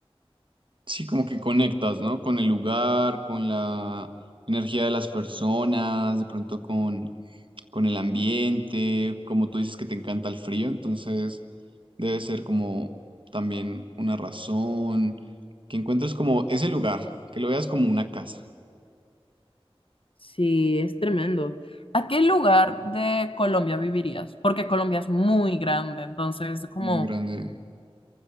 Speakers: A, on the right (about 55°); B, on the left (about 60°).
A: Sí, como que conectas, ¿no? Con el lugar, con la energía de las personas, de pronto con con el ambiente, como tú dices que te encanta el frío, entonces debe ser como también una razón, que encuentres como ese lugar, que lo veas como una casa
B: Sí, es tremendo. ¿A qué lugar de Colombia vivirías? Porque Colombia es muy grande, entonces como,
A: muy grande.